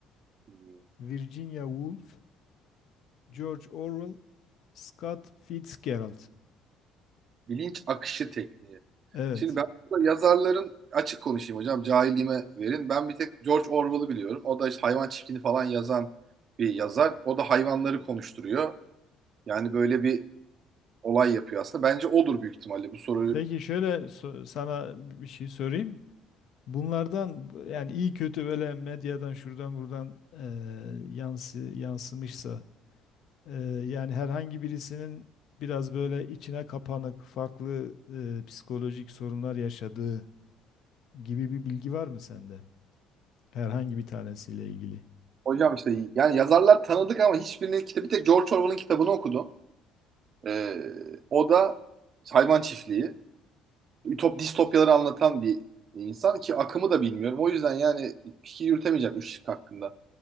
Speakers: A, on the right (about 40°); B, on the left (about 55°).
A: Hmm.
B: Virginia Woolf, George
A: hmm.
B: Orwell, Scott Fitzgerald.
A: Bilinç akışı tekniği.
B: Evet.
A: Şimdi ben burada yazarların açık konuşayım hocam. Cahilliğime verin. Ben bir tek George Orwell'ı biliyorum. O da işte hayvan çiftliğini falan yazan bir yazar. O da hayvanları konuşturuyor. Yani böyle bir olay yapıyor aslında. Bence odur büyük ihtimalle bu soruyu.
B: Peki şöyle so- sana bir şey sorayım. Bunlardan bu- yani iyi kötü böyle medyadan şuradan buradan eee, yansı yansımışsa eee, yani herhangi birisinin biraz böyle içine kapanık farklı eee, psikolojik sorunlar yaşadığı gibi bir bilgi var mı sende? Herhangi bir tanesiyle ilgili.
A: Hocam işte yani yazarlar tanıdık ama hiçbirinin kitabı bir tek George Orwell'ın kitabını okudum. Ee, o da hayvan çiftliği. Ütop, distopyaları anlatan bir insan ki akımı da bilmiyorum. O yüzden yani fikir yürütemeyeceğim üç şık hakkında.